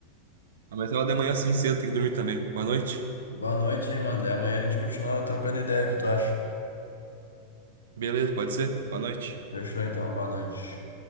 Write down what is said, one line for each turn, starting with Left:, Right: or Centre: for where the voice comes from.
Right: Amanhã de manhã assim cedo, tem que dormir também. Boa noite.
Left: Boa noite, hein, mano. Daí amanhã a gente continua trocando ideia, o que tu acha?
Right: Beleza, pode ser? Boa noite.
Left: Fechou então, boa noite.